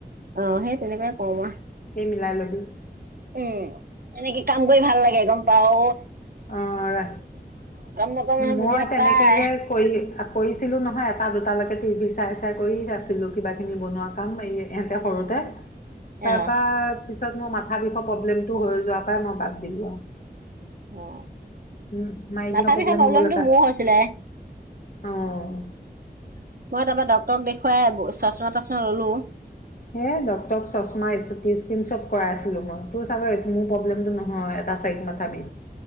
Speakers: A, on the right; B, on the left.
A: অ সেই তেনেকুৱাই কৰো আৰু
B: মিলাই ল'বি
A: উম এনেকে কাম কৰি ভাল লাগে গম। পাওঁ।
B: অ ৰা
A: নকৰা মানুহে
B: মই
A: বুজি নাপায়।
B: তেনেকে যে কৰি কৰিছিলো নহয় এটা দুটালৈকে। টিভি চাই চাই কৰি আছিলো কিবা কিবি বনোৱা কাম এই ইহঁতে সৰুতে। তাৰপা
A: অ
B: পিছ পিছত মোৰ মাথা বিষৰ প্ৰব্লেমটো হৈ যোৱা পৰাই মই বাদ দিলো আৰু
A: অ
B: উম, মাইগ্ৰেনৰ
A: মাথা
B: প্ৰব্লেম
A: বিষা প্ৰব্লেমতটো
B: হ'বলৈ পাইছে
A: মোৰ হৈছিলে মই
B: অ'।
A: তাৰপৰা ডক্টৰক দেখুৱাই বচ চশমা তাশমা ললো
B: হ ডক্টৰক চশমা চিতিইচকিন কৰাই আছিলো মই তোৰ চাগৈ মোৰ প্ৰব্লেমটো নহয় এটা চাইড মাথা বিষ।